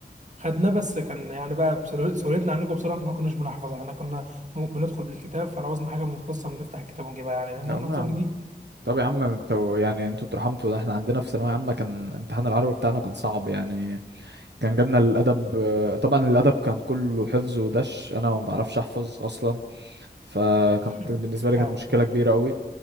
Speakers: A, on the right (about 45°); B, on the right (about 85°).
A: خدناه بس كان يعني بقى بسهول- سهولتنا عنكم بصراحه إن احنا ما كناش بنحفظ احنا كنا م- بندخل بالكتاب فلو عاوزنا حاجه من القصه بنفتح الكتاب ونجيبها يعني لان
B: تمام
A: احنا نظام
B: يا عم
A: جديد
B: طب يا عم انتوا يعني انتوا اترحمتوا ده احنا عندنا في ثانويه عامه كان امتحان العربي بتاعنا كان صعب يعني كان جالنا الادب آه، طبعا الادب كان كله حفظ ودش انا ما بعرفش احفظ اصلا فكانت
A: <laughs>
B: بالنسبه لي
A: فاهم
B: كانت مشكله كبيره قوي